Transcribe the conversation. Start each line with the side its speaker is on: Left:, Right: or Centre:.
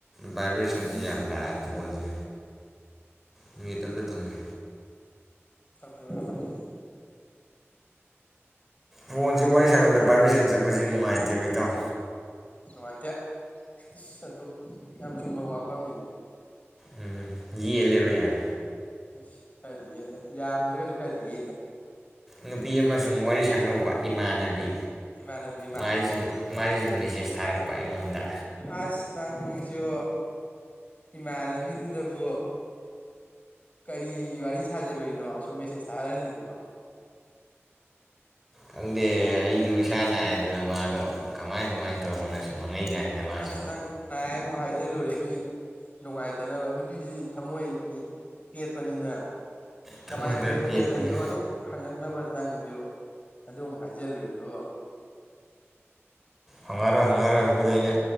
Centre: ꯚꯥꯏꯕ꯭ꯔꯦꯁꯟꯁꯤ ꯌꯥꯝ ꯂꯥꯛꯑꯦ ꯐꯣꯟꯁꯦ ꯅꯨꯃꯤꯠ ꯃꯨꯠ ꯑꯃꯇ ꯊꯝꯒꯦ
Left: ꯊꯥꯝ ꯃꯦꯕ ꯊꯥꯃꯦ
Centre: ꯐꯣꯟꯁꯤ ꯋꯥꯔꯤ ꯁꯥꯟꯅꯕꯗ ꯚꯔꯕꯤꯁꯟ ꯆꯠꯄꯁꯤ ꯅꯨꯡꯉꯥꯏꯇꯦꯕ ꯏꯇꯥꯎ
Left: ꯅꯨꯡꯉꯥꯏꯇꯦ ꯑꯁ ꯑꯗꯨ ꯌꯥꯝ ꯆꯨꯝꯕ ꯋꯥꯐꯝꯅꯤꯅꯦ
Centre: ꯎꯝ ꯌꯦꯠꯂꯦꯕ ꯌꯥꯝ
Left: ꯑꯁ ꯈꯔꯗꯤ ꯌꯦꯜꯂꯦ ꯌꯥꯝꯗ꯭ꯔꯒꯁꯨ ꯈꯔꯗꯤ ꯌꯦꯠꯂꯦ
Centre: ꯅꯨꯄꯤ ꯑꯃꯥ ꯁꯨꯝ ꯋꯥꯔꯤ ꯁꯥꯟꯅꯔꯨꯕ ꯏꯃꯥꯟꯅꯕꯤ
Left: ꯏꯃꯥꯟꯅꯕꯤ ꯑꯃ
Centre: ꯃꯥꯗꯤ ꯁꯝ ꯃꯥꯗꯤ ꯁꯨꯝ ꯃꯦꯁꯦꯖ ꯊꯥꯔꯛꯄ ꯑꯩꯉꯣꯟꯗ
Left: ꯑꯁ ꯅꯪꯁꯨ ꯏꯃꯥꯟꯅꯕꯤꯗꯨꯗꯕꯨ ꯀꯔꯤ ꯋꯥꯔꯤ ꯁꯥꯖꯜꯂꯣꯏꯅꯣ ꯁꯨꯝ ꯃꯦꯁꯦꯖ ꯊꯥꯍꯜꯂꯤꯁꯤꯕꯣ
Centre: ꯈꯪꯗꯦ ꯑꯩꯗꯨ ꯏꯁꯥ ꯅꯥꯏ ꯑꯗꯨꯅ ꯃꯥꯗꯣ ꯀꯃꯥꯏ ꯀꯃꯥꯏꯅ ꯇꯧꯕꯅꯣ ꯁꯨꯝ ꯍꯪꯉꯛꯏꯖꯥꯠꯅꯤꯗ ꯃꯥꯁꯨ
Left: ꯑꯁ ꯅꯪ ꯅꯥꯏ ꯑꯃꯨꯛꯍꯥꯏꯖꯜꯂꯨꯔꯦ ꯃꯤ ꯅꯨꯡꯉꯥꯏ ꯇꯅꯕ ꯅꯨꯄꯤꯗꯤ ꯊꯝꯃꯣꯏ ꯃꯤ ꯄꯦꯠꯄꯅꯤꯅ
Centre: ꯊꯃꯣꯏ
Left: ꯀꯃꯥꯏꯅ ꯇꯧꯔꯤꯅꯣ
Centre: ꯈꯔ ꯄꯦꯠꯄꯅꯤ
Left: ꯀꯩꯗꯧꯔꯤꯅꯣ ꯑꯗꯨꯝ ꯍꯪꯉꯛꯅꯕ ꯅꯪꯁꯨ ꯑꯗꯨꯃꯨꯛ ꯍꯥꯏꯖꯤꯜꯂꯨꯏꯗꯨ
Centre: ꯍꯪꯉꯔꯣꯏ ꯍꯪꯉꯔꯣꯏ ꯍꯧꯕꯗꯤ ꯑꯩꯅ